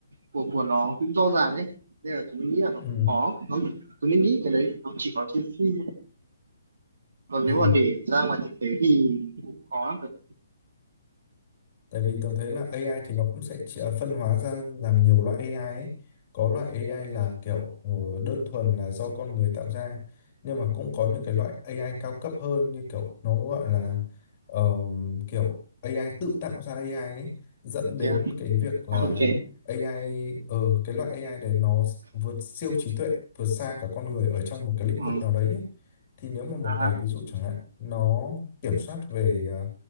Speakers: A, on the right; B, on the left.
A: của của nó cũng rõ ràng ấy nên là tôi nghĩ là nó
B: Ừ,
A: cũng khó nó tôi nghĩ cái đấy nó chỉ có trên phim thôi. còn nếu
B: ừ.
A: mà để ra ngoài thực tế thì cũng khó lắm rồi
B: Tại vì Tường thấy là AI thì nó cũng sẽ chỉ- à, phân hóa ra làm nhiều loại AI ấy. Có loại AI là kiểu ờ, đơn thuần là do con người tạo ra. Nhưng mà cũng có những cái loại AI cao cấp hơn như kiểu nó gọi là ờ, kiểu AI tự tạo ra AI ấy. Dẫn đến
A: thế à,
B: cái việc
A: <laughs>
B: là
A: à ok
B: AI, ờ cái loại AI đấy nó vượt siêu trí tuệ, vượt xa cả con người ở trong một cái lĩnh
A: ừ.
B: vực nào đấy ấy. Thì nếu mà một
A: À,
B: ngày ví dụ chẳng hạn nó kiểm soát về ờ,